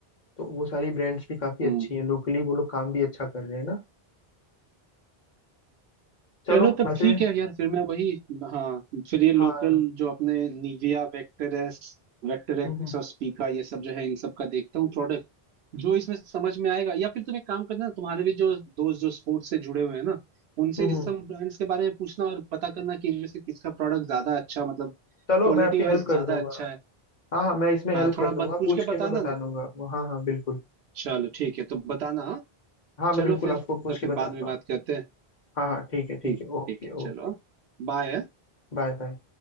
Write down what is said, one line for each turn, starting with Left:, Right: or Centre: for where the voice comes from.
Left: तो वो सारी ब्रांड्स भी काफी
Right: हम्म
Left: अच्छी हैं लोकली वो लोग काम भी अच्छा कर रहे हैं ना चलो
Right: चलो तब
Left: वैसे
Right: ठीक है यार फिर मैं वही हाँ फिर ये लोकल
Left: हाँ
Right: जो अपने निविया वेक्टरेस वेक्टरेक्स
Left: हम्म
Right: और स्पीका ये सब जो है इन सब का देखता हूँ प्रोडक्ट जो इसमें समझ में आएगा या फिर तुम एक काम करना तुम्हारे भी जो दोस्त जो स्पोर्ट्स से जुड़े हुए हैं ना उनसे
Left: हम्म
Right: इस सब ब्रांड्स के बारे में पूछना और पता करना कि इनमें से किसका प्रोडक्ट ज्यादा अच्छा मतलब
Left: चलो
Right: क्वालिटी
Left: मैं आपकी
Right: वाइज
Left: हेल्प कर
Right: ज्यादा
Left: दूंगा
Right: अच्छा है
Left: हाँ हाँ मैं इसमें हेल्प
Right: हाँ थोड़ा
Left: कर दूंगा
Right: बात पूछ
Left: पूछ
Right: के
Left: के
Right: बताना
Left: मैं बता
Right: ना
Left: दूंगा आपको हाँ हाँ बिल्कुल
Right: चलो ठीक है तो बताना हाँ?
Left: हाँ मैं
Right: चलो
Left: बिल्कुल
Right: फिर
Left: आपको पूछ
Right: तो फिर
Left: के बताता
Right: बाद में बात
Left: हूँ
Right: करते हैं
Left: हाँ हाँ ठीक है ठीक
Right: ठीक
Left: है ओके
Right: ठीक है चलो
Left: ओके
Right: बाय
Left: Bye bye